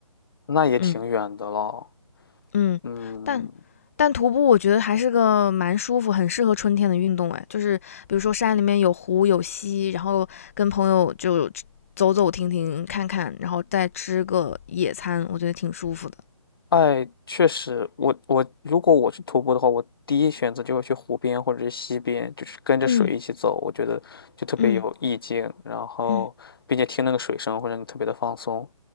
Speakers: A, on the left; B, on the left.
A: 那也挺远的了，
B: 嗯，嗯，
A: 嗯。
B: 但但徒步我觉得还是个蛮舒服、很适合春天的运动哎，就是比如说山里面有湖有溪，然后跟朋友就走走停停看看，然后再吃个野餐，我觉得挺舒服的。
A: 哎，确实，我我如果我去徒步的话，我第一选择就会去湖边或者是溪边，就是跟着水一起走，
B: 嗯
A: 我觉得就特别有意境，
B: 嗯
A: 然后并且听那个水声会让你特别的放松。
B: 嗯，